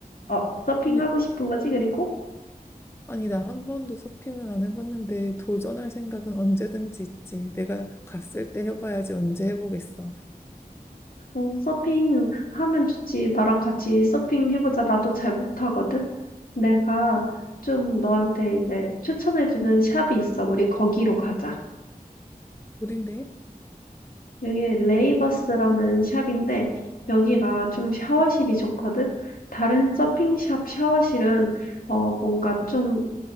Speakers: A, on the left (about 70°); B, on the left (about 15°).
A: 어, 서핑하고
B: 아니,
A: 싶은 거지? 그리고
B: 아니, 나 한 번도 서핑은 안 해봤는데 도전할 생각은 언제든지 있지. 내가 갔을 때 해봐야지 언제 해보겠어.
A: 어 서핑 하면 좋지. 나랑 같이 서핑 해보자. 나도 잘 못하거든. 내가 좀 너한테 이제 추천해주는 샵이 있어. 우리 거기로 가자.
B: 우린데?
A: 여기 레이버스라는 샵인데 여기가 좀 샤워실이 좋거든. 다른 서핑샵 샤워실은 어 뭔가 좀